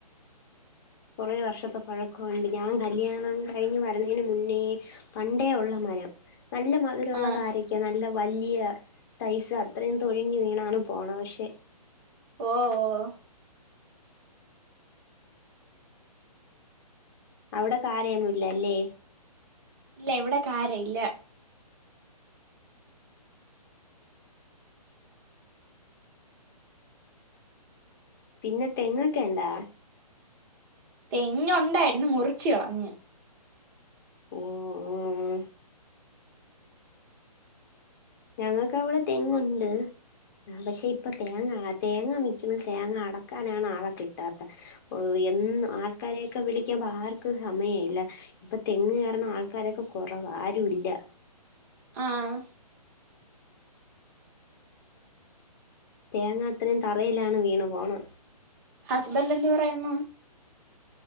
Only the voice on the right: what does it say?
ആഹ്
ഓ, ഓ
ഇല്ല ഇവിടെ കാരയില്ല
തെങ്ങുണ്ടായിരുന്നു മുറിച് കളഞ്ഞ്
ആഹ്
ഹസ്ബൻഡ് എന്ത്‌ പറയുന്നു